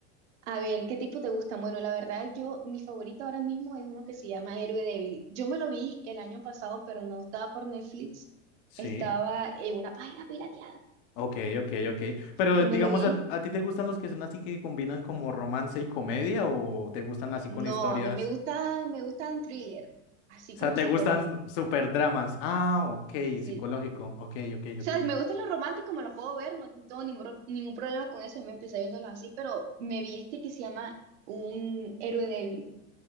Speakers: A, on the right; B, on the left.
A: a ver, ¿qué tipo te gusta? Bueno, la verdad, yo, mi favorito ahora mismo es uno que se llama Héroe Débil. Yo me lo vi el año pasado, pero no estaba por Netflix,
B: Sí.
A: estaba en una página pirateada.
B: Ok, ok, ok. Pero
A: Y
B: digamos,
A: me lo vi
B: ¿a, a ti te gustan los que son así que combinan como romance y comedia o te gustan así
A: No,
B: con historias?
A: a mí me gustan, me gustan thriller, así
B: O
A: como
B: sea, ¿te
A: psicológico,
B: gustan super dramas? Ah, ok,
A: sí.
B: psicológico. Ok, ok,
A: O
B: ok.
A: sea, si me gustan los románticos, me los puedo ver, no tengo ningún, ningún problema con eso, yo me empecé viéndolos así, pero me vi este que se llama Un héroe débil.